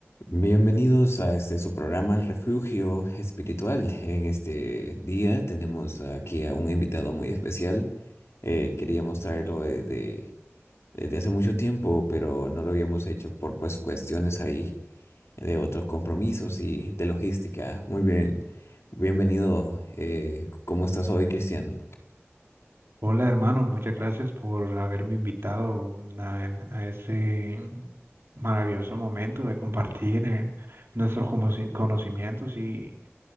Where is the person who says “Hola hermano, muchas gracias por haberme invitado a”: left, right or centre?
Right